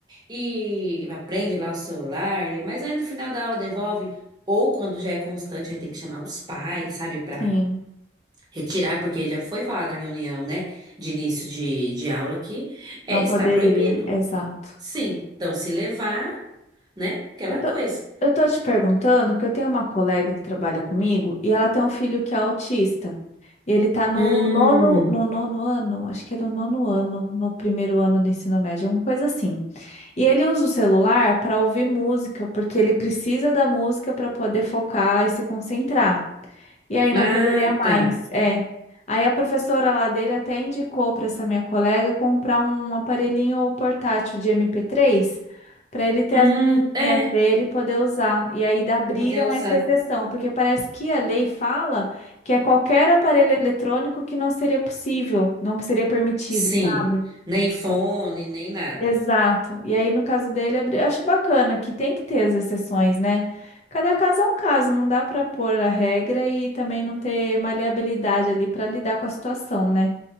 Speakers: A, on the right; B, on the left.
A: e aprende lá o celular, mas aí no final da aula devolve, ou quando já é constante, aí tem que chamar os pais, sabe, pra
B: Sim,
A: Retirar, porque já foi falado na reunião, né, de início de, de aula que é,
B: não
A: está
B: poderia.
A: proibido.
B: Exato.
A: Sim, então se levar, né, aquela
B: Eu
A: coisa.
B: tô, eu tô te perguntando, porque eu tenho uma colega que trabalha comigo e ela tem um filho que é autista. E ele tá no
A: Hum,
B: nono, no nono ano, acho que é no nono ano, no primeiro ano do ensino médio, alguma coisa assim. E ele usa o celular para ouvir música, porque ele precisa da música para poder focar e se concentrar. E aí
A: ah,
B: não poderia mais.
A: tá.
B: É. Aí a professora lá dele até indicou para essa minha colega comprar um aparelhinho portátil de MP3 para ele ter
A: Hum,
B: as musiquinhas
A: é,
B: dele e poder usar. E aí da abriram
A: poder usar.
B: essa exceção, porque parece que a lei fala que é qualquer aparelho eletrônico que não seria possível, não seria permitido,
A: Sim,
B: sabe?
A: nem fone, nem nada.
B: Exato. E aí, no caso dele, abri- acho bacana que tem que ter as exceções, né? Cada caso é um caso, não dá para pôr a regra e também não ter maleabilidade ali para lidar com a situação, né?